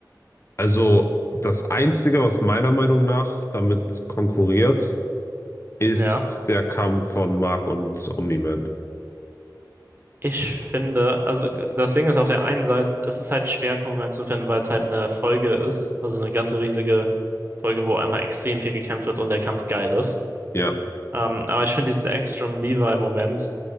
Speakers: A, on the left (about 35°); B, on the right (about 30°).
A: also das Einzige, was meiner Meinung nach damit konkurriert, ist
B: Ja.
A: der Kampf von Mark und Omni-Man.
B: Ich finde, also g- das Ding ist auf der einen Seite, es ist halt schwer, Konkurrenz zu finden, weil es halt eine Folge ist, also eine ganze riesige Folge, wo einfach extrem viel gekämpft wird und der Kampf geil ist.
A: Ja.
B: Ähm, aber ich finde diesen Angstrom-Levi-Moment